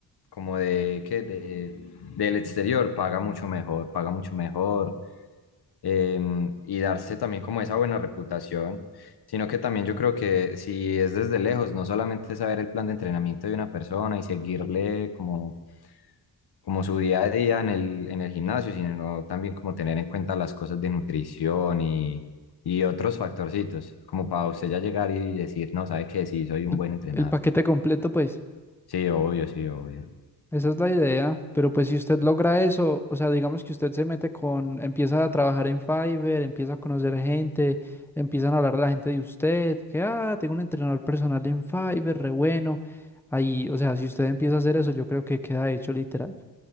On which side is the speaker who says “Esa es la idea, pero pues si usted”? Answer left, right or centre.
Centre